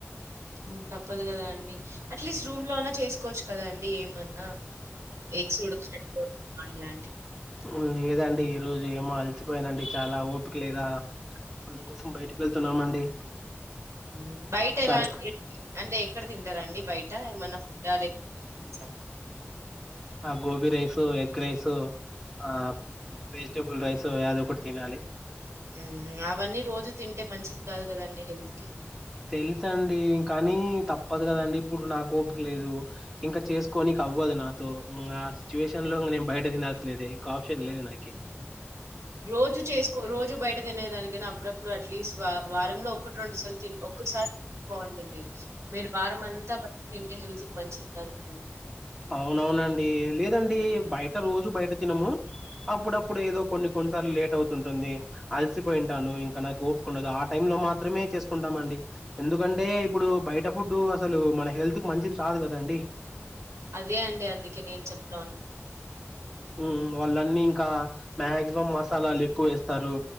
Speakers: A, on the right (about 85°); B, in the centre.
A: ఉమ్ తప్పదు కదా అండి అట్లీస్ట్ రూమ్ లో అన్నా చేసుకోవచ్చు కదా అండి ఏ మన్నా ఎగ్స్ ఉడకబెట్టుకోవడం అట్లా
B: ఉంది కదా అండి ఈ రోజు ఏమో అలసిపోయానండి చాలా ఓపిక లేదా అందుకోసం బయటికి వెళ్తున్నామండి
A: ఉహూ బయట
B: సరే
A: ఎలా అంటే ఎక్కడ తిం టారండి బయట ఏమన్నా ఫుడ్డా లేకపోతే టిఫిన్స్
B: గోబి రైసో ఎగ్ రైసో ఆ వెజిటేబుల్ రైసో యాదో ఒకటి తినాలి
A: ఉహూ అవన్నీ రోజు తింటే మంచిది కాదు కదండి హెల్త్ కి
B: తెలుసు అండి కానీ తప్పదు కదండి ఇప్పుడు నాకు ఓపిక లేదు ఇంకా చేసుకోనికే అవ్వదు నాతో ఉమ్ ఆ సిచ్యువేషన్ లో ఇంగ నేను బయట తినాల్సినదే ఇంకో ఆప్షన్ లేదు నాకి
A: రోజు చేసుకో రోజు బయట తినే దానికన్నా అప్పుడప్పుడు అట్లీస్ట్ వా వారంలో ఒక్కట్ రెండుసార్లు తిం ఒక్కసారి బాగుంటుంది మీరు వారం అంతా బయట తింటే హెల్త్ కు మంచిది కాదు కదా అండి
B: అవునవునండి లేదండి బయట రోజు బయట తినము అప్పుడప్పుడు ఏదో కొన్ని కొ న్ని సార్లు లేట్ అవుతుంటుంది అలిసిపోయింటాను ఇంకా నాకు ఓ ఉండదు ఆ టైం లో మాత్రమే చేసుకుంటాం అండి ఎందుకంటే ఇప్పుడు బయట ఫుడ్ అసలు మన హెల్త్ కు మంచిది కాదు కద అండి
A: అదే అండి అందుకే నేను చెప్తోంది
B: ఉమ్ వాళ్లన్నీ ఇంకా మాక్సిమం మసాలాలు ఎక్కువ వేస్తారు